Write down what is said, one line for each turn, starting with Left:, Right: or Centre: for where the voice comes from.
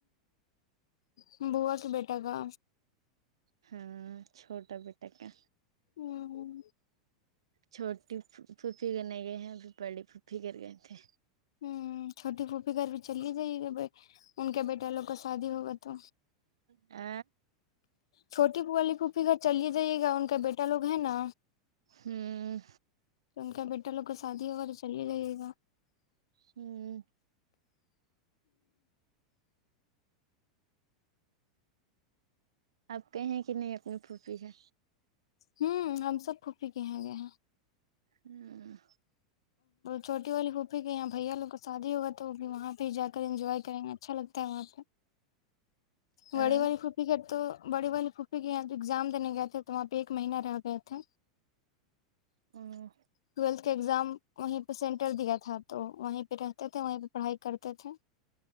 Left: ہمم بوا کے بیٹا کا
Right: ہاں چھوٹا بیٹا کا
Left: ہوں
Right: چھوٹی پھوپھی کرنے گئے ہیں ابھی بڑی پھوپھی کر گئے تھے
Left: ہمم چھوٹی پھوپی گھر بھی چلی جائے گی ب ان کے بیٹا لوگ کا شادی ہوگا تو
Right: آ
Left: چھوٹی والی پوپی گھر چلے جائیے گا ان کا بیٹا لوگ ہے نا
Right: ہوں
Left: تو ان کا بیٹا لوگ کو شادی ہوگا تو چل ہی جایے گا
Right: ہوں آپ کہیں کہ نہیں اپنی پھوپھی ہے
Left: ہوں ہم سب پھوپھی کے یہاں گئے ہیں
Right: ہوں
Left: چوٹی والی پھوپھی کے یہاں بھیا والوں کو شادی ہوگیا تو وہ بھی وہاں پہ جا کر انجوائے کریں گے اچھا لگتا ہے وہاں پہ
Right: ہاں
Left: بڑی والڑی پھوپ ٹھیک ہے تو بڑی والی پھوپھی کے یہاں ایگزام دینے گئے تھے تو وہاں پہ ایک مہینہ رہ گیا تھے
Right: ہوں
Left: ٹویلتھ کا ایگزام وہیں پہ سینٹر دیا تھا تو وہیں پہ رہتے تھے وہیں پہ پڑھائی کرتے تھے